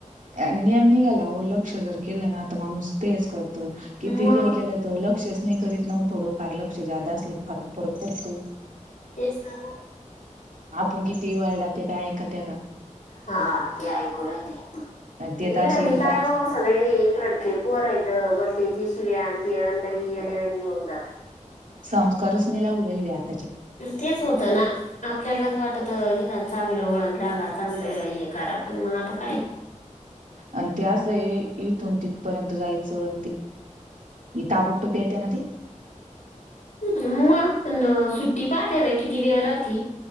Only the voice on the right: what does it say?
नियम निघाला हो लक्ष जर केलं ना तर माणूस तेच कर त
किती जरी केलं तर लक्षच नाही करीत ना व थोडं फार लक्ष जादा असल फार फरक परतो.
आपण कितीही वरडा ते काय ऐका ते का.
ते
तर अशी
पाच
संस्कारच नही लागू राहिले बई आज
आणि ते अस हे इथून तिथपर्यंत जायचं आणि <inaudible> ना ती